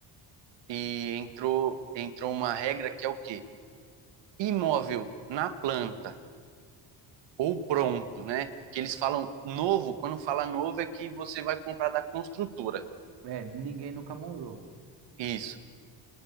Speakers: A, on the right (about 75°); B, on the right (about 60°).
A: e entrou, entrou uma regra que é o quê? Imóvel na planta ou pronto, né? Que eles falam novo, quando fala novo é que você vai comprar da construtora.
B: É, ninguém nunca morou.
A: Isso.